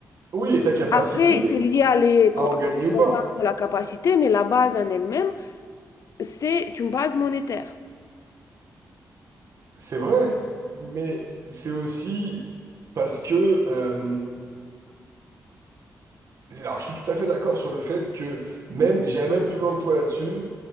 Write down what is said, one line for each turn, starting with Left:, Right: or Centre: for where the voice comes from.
Right: Oui, et ta capacité
Left: Après, c'est lié à les
Right: à
Left: com-
Right: en
Left: à
Right: gagner
Left: la compétence,
Right: ou pas.
Left: à la capacité, mais la base en elle-même, c'est une base monétaire.
Right: C'est vrai, mais c'est aussi parce que. euh, c'est- alors, je suis tout à fait d'accord sur le fait que même, j'irais même plus loin que toi là-dessus.